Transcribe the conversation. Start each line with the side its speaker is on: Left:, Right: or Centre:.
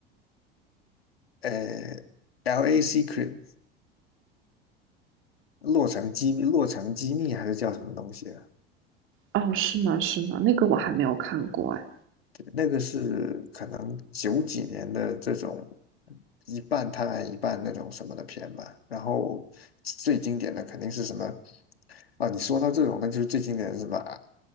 Left: 呃，L.A. Secret 落成机密，洛城机密还是叫什么东西啊？
Right: 哦，是吗？是吗？那个我还没有看过哎。
Left: 对那个是可能九几年的这种一半探案一半那种什么的片吧。然后最经典的肯定是什么？啊，你说到这种，那就是最经典的是什么啊？